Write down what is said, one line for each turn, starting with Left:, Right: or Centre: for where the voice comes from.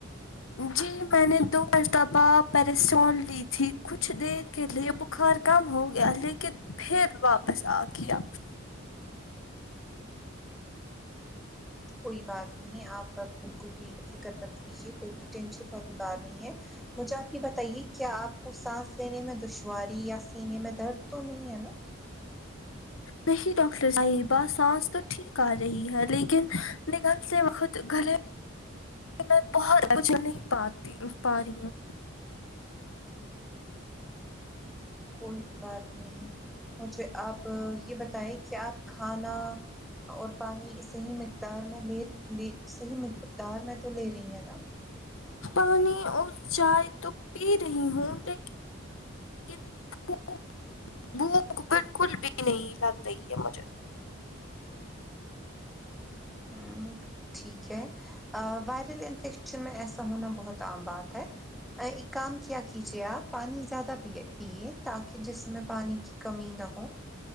Left: جی میں نے دو مرتبہ پیرسٹون لی تھی کچھ دیر کے لیے بخار کم ہو گیا لیکن پھر واپس آ گیا
Centre: کوئی بات نہیں آپ بالکل بھی فکر مت یہ کوئی بھی ٹینشن والی بات نہیں ہے مجھے آپ یہ بتائیے کیا آپ کو سانس لینے میں دشواری یا سینے میں درد تو نہیں ہے نا
Left: نہیں ڈاکٹر صاحبہ سانس تو ٹھیک آ رہی ہے لیکن نگلتے وقت گلے
Centre: ہاں <inaudible>
Left: میں بہت مجھے نہیں پاتی پا رہی ہوں
Centre: کوئی بات نہیں مجھے آپ یہ بتائے کہ آپ کھانا اور پانی صحیح مقدار میں لے لے صحیح مقدار میں تو لے رہی ہے نا
Left: پانی اور چائے تو پی رہی ہوں لی کن بک بھوک بالکل بھی نہیں لگ رہی ہے مجھے
Centre: ہمم ٹھیک ہے وائرل انفیکشن میں ایسا ہونا بہت عام بات ہے ایک کام کیا کیجیے آپ پانی زیادہ پیے پیے تاکہ جس میں پانی کی کمی نہ ہو